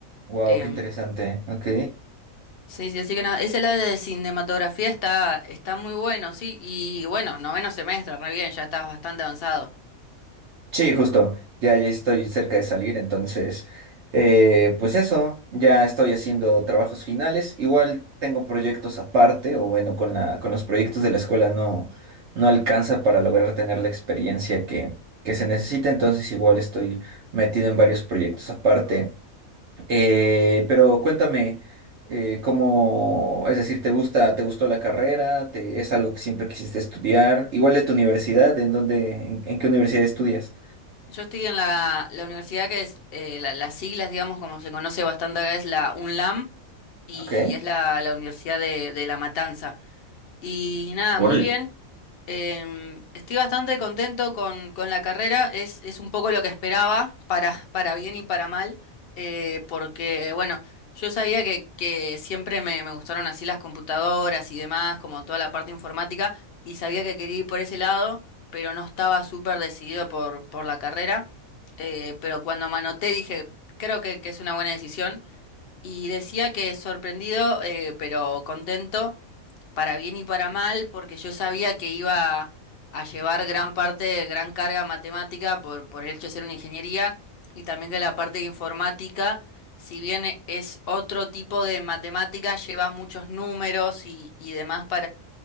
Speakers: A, on the right; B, on the left.
A: Wow,
B: Em,
A: qué interesante. Ok.
B: sí, sí, así que nada, ese lado de cinematografía está, está muy bueno, sí, y bueno, noveno semestre, re bien, ya estás bastante avanzado.
A: Sí, justo. Ya, ya estoy cerca de salir, entonces, eh, pues eso, ya estoy haciendo trabajos finales. Igual tengo proyectos aparte, o bueno, con la, con los proyectos de la escuela no, no alcanza para lograr tener la experiencia que, que se necesita, entonces igual estoy metido en varios proyectos aparte. Eh, pero cuéntame, eh, cómo, es decir, ¿te gusta, te gustó la carrera? ¿Te, es algo que siempre quisiste estudiar? Igual de tu universidad, ¿en dónde, en en qué universidad estudias?
B: Yo estoy en la, la universidad que es, eh, la- las siglas, digamos, como se conoce bastante acá, es la UNLAM y
A: Ok.
B: es la, la Universidad de, de La Matanza. Y nada,
A: Órale.
B: muy bien. Em, estoy bastante contento con, con la carrera, es, es un poco lo que esperaba, para, para bien y para mal, eh, porque bueno, yo sabía que, que siempre me, me gustaron así las computadoras y demás, como toda la parte informática, y sabía que quería ir por ese lado, pero no estaba súper decidido por, por la carrera, eh, pero cuando me anoté dije, creo que, que es una buena decisión, y decía que sorprendido, eh, pero contento para bien y para mal, porque yo sabía que iba a llevar gran parte, gran carga matemática por, por el hecho de ser una ingeniería, y también que la parte de informática, si bien es otro tipo de matemática, lleva muchos números y, y demás